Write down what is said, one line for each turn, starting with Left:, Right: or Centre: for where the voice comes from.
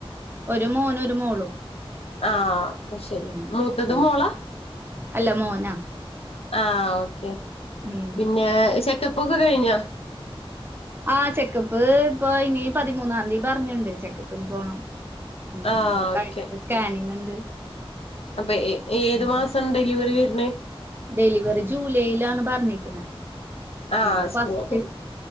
Right: ഒരു മോനും ഒരു മോളും
Left: ആഹ് അയ്ശരി
Right: ഉം
Left: മൂത്തത്
Right: ഉം
Left: മോളാ
Right: അല്ല മോനാ
Left: ആഹ് ഓക്കെ
Right: ഉം
Left: പിന്നെ ചെക്കപ്പോക്കെ കയ്ഞ്ഞോ
Right: ആഹ് ചെക്കപ്പ് ഇപ്പൊ ഇനി പതിമൂന്നാം തീയതി പറഞ്ഞുണ്ട് ചെക്കപ്പിന് പോണം ഉം
Left: ആഹ്
Right: അത് കഴിഞ്ഞിട്ട്
Left: ഓക്കെ
Right: സ്കാനിങ് ഉണ്ട്
Left: അപ്പൊ ഏ ഏത്
Right: ഉം
Left: മാസം ഡെലിവറി വരണെ
Right: ഡെലിവറി ജൂലൈയിലാണ് പറഞ്ഞിരിക്കുന്നത്
Left: ആഹ്
Right: ജൂലൈ ഫസ്റ്റ്
Left: സ്കൂളൊക്കെ